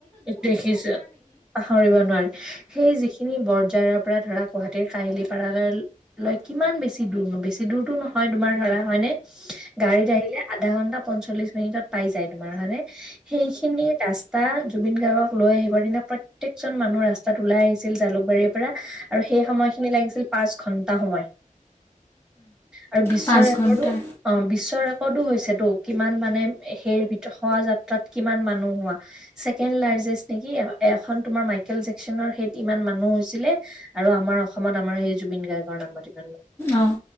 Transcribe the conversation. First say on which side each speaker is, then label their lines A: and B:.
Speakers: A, in the centre; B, on the left.
A: দেখিছোঁ, পাহৰিব নোৱাৰি সেই যিখিনি বৰজাৰৰ পৰা ধৰা গুৱাহাটী তে কাহিলীপাৰালে লৈ কিমান বেছি দূৰনো বেছি দূৰতো নহয়, তোমাৰ ধৰা হয়নে? গাড়ীত আহিলে আধা ঘন্টা পঞ্চল্লিশ মিনিটত পাই যায়, তোমাৰ হয়নে? সেইখিনি ৰাস্তা জুবিন গাৰ্গক লৈ আহিবৰ দিনা প্ৰত্যেকজন মানুহ ৰাস্তাত ওলাই আহিছিল জালুকবাৰীৰ পৰা, আৰু সেই সময় খিনি লাগিছিল পাঁচ ঘন্টা সময়। আৰু বিশ্বৰত্নটো
B: পাঁচ ঘণ্টা
A: অ, বিশ্বৰত নটো হৈছেতো কিমান মানে সেইৰ ভিতৰত সভা যাত্ৰাটোত কিমান মানুহ হোৱা। ছেকেণ্ড ল নেকি এখন তোমাৰ মাইকেল জেকচনৰ হেত ইমান মানুহ হৈছিলে আৰু আমাৰ অসমতমাৰ সেই জুবিন গাৰ্গকৰ নাম পাতিব
B: অঁ